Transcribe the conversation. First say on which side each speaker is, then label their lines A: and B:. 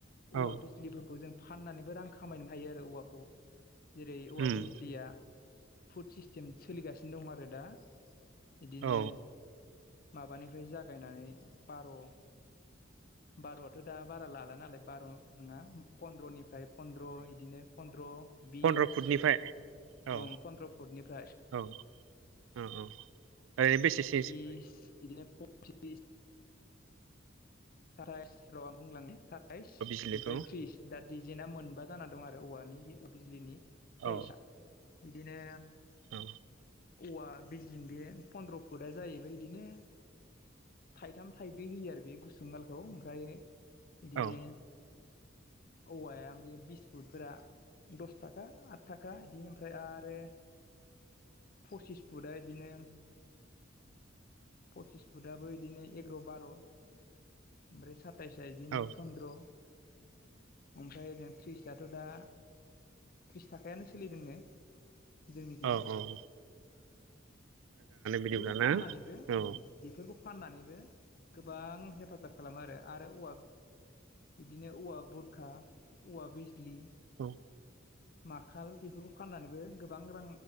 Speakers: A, on the left (about 50°); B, on the right (about 80°).
A: औवा
B: औ
A: बे। <unintelligible> जों फाननानैबो रां खामायनो हायो आरो औवाखौ। जेरै औवा
B: उम
A: बिजलिया। फुद सिस्टेम सोलिगासिनो दं आरो दा। बिदिनो
B: औ
A: माबानिफ्राय जागायनानै बार'। बार'थ' दा बारा लाला नालाय बार' नङा फन्द्र'निफ्राय। फन्द्र बिदिनो फन्द्र बिस
B: फन्द्र' फुटनिफ्राय औ
A: ओं पन्द्र' फुटनिफ्राय।
B: औ औ औ ओरैनो बेसेसो।
A: बिस बिदिनो फथ्रिस। साताइस <unintelligible> आं बुंलाांनो साताइस
B: बिजलिखौ
A: ओमफ्राय थ्रिस। दा डजेना मोनबा जाना दं आरो औवानि बे बिजलिनि साइजआ।
B: औ
A: बिदिनो।
B: औ
A: औवा बिजलिन बे फन्द्र' फुटआ जाहैबाय बिदिनो। थाइथाम थाइब्रै होयो आरो बे गुसुंगालखौ ओमफ्राय बिदिनो।
B: औ
A: औवाया ओ बिस फुटफोरा। दस थाखा आद थाखा बिदि ओमफ्राय आरो। फसिस फुटआ बिदिनो। पसिस फुटाबबो बिदिनो एगार' बार' ओमफ्राय सात। सताइसा बिदिनो
B: औ
A: फनन्द्र ओमफ्राय ओजों थ्रिसआथ' दा। थ्रिस थाखायानो सोलिदोंनो। जोंनिखि
B: औ औ औ। बिदिब्ला
A: बेफोरखौ फाननानै
B: ना
A: बो‌ ओ।
B: औ
A: बेफोरखौ फाननानैबो गोबां हेफाजाब। खालामो आरो। आरो औवा बिदिनो औवा बुरखा औवा बिजस्लि।
B: औ।
A: माखाल बेफोरखौ फाननानैबो गोबां रां।